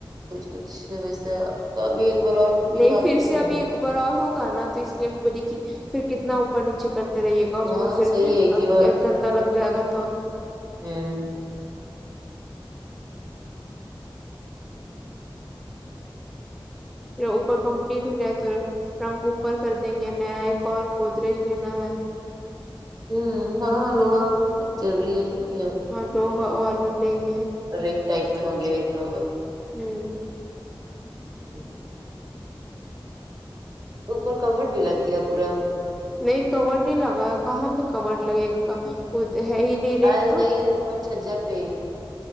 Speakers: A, on the right (about 45°); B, in the centre.
A: کچھ کچھ ویسا تو ابھی ایک بار اور پٹی
B: نہیں
A: باقی
B: پھر سے ابھی
A: ہے نا
B: ایک اوبر اور ہوگا نا تو اس لیے میں بولی کی پھر کتنا اوپر نیچے کرتے رہیے گا اس
A: ہاں
B: میں پھر
A: صحیح ہے ایک
B: ا
A: ہی
B: گندا لگ جائے گا تو
A: ہمم
B: پھر اوپر کمپلیٹ ہو جائے تو رنگ اوپر کر دیں گے نیا ایک اور گودریج لینا ہے
A: ہ ہاں لوہا ضروری ہے یہ
B: اور لوہا اور لیں گے
A: ریٹ ٹائپ میں ہو گیا یہ تو
B: ہوں
A: ہمم اوپر کبڈ بھی لگ گیا پورا
B: نہیں کبڈ نہیں لگا کہاں پ کبڈ لگے گا ہے ہی نہیں ریک
A: آ
B: تو
A: نہیں اوپر چھجا پہ